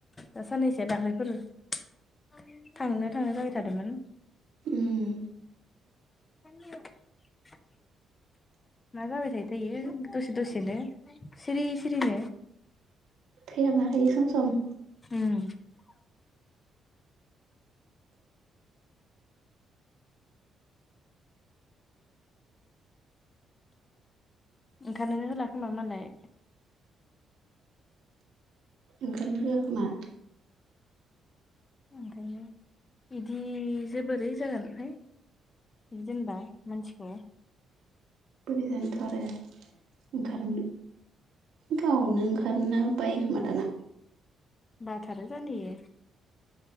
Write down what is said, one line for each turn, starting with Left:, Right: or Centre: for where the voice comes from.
Left: दा साननैसोआ दाख्लैफोरै थांनो थांनो जाबाय थादोंमोन
Right: उम
Left: <unintelligible> मा जाबाय थायो थाय इयो दसे दसेनो सिरि सिरिनो
Right: थैहाबना थायो सम सम
Left: उम ओंखारनो नों होलाखोमा मालाय
Right: ओंखारनाय होआखोमा
Left: ओंखायनो बिदि जोबोरै जागोनहाय बिदि दोनबा मानसिखौ
Right: बोरै जानोथ आरो ओंखारनो गावनो ओंखारनो बायोखोमा दाना
Left: बाथारो जानो इयो